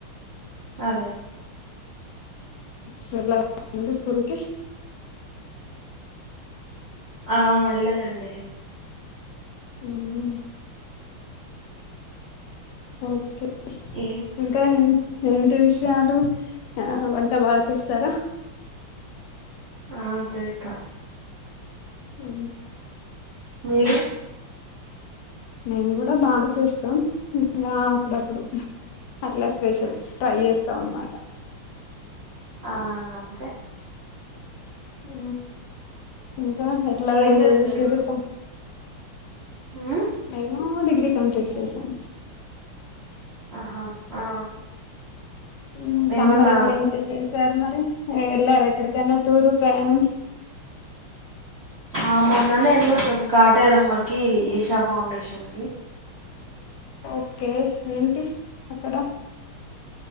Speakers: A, on the right; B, on the left.
A: అదే
B: చెల్లా పోయిందా స్కూల్కి
A: ఆ వెల్లారండి
B: ఉ ఓకే
A: ఏం
B: ఇంకా ఎన్ ఏంటి విషయాలు ఆ వంట బా చేస్తారా
A: ఆ చేస్తా
B: ఉ
A: మీరు
B: నేను గూడా బానే చేస్తాం ఉ ఇంగా అప్పుడప్పుడు అట్లా స్పెషల్స్ ట్రై చేస్తాం అన్నమాట
A: ఆ అంతే
B: ఉ ఇంకా ఎట్లా వెంజాయ్
A: ఏం చదివారు
B: చేసిర్రు సం
A: ఉమ్,
B: నేను డిగ్రీ కంప్లీట్ చేసాను
A: ఆహా ఆ
B: ఉ
A: మేమన్నా
B: సమ్మర్ ఎట్ల ఎంజాయ్ చేశారు మరి ఏ ఎళ్ళార ఎక్కడికైనా టూరూ ప్రయాణం
A: ఆ మొన్ననే ఏళొచ్చాం కాటేరమ్మకి ఈషా ఫౌండేషన్ కి
B: ఓకే ఏంటి అక్కడ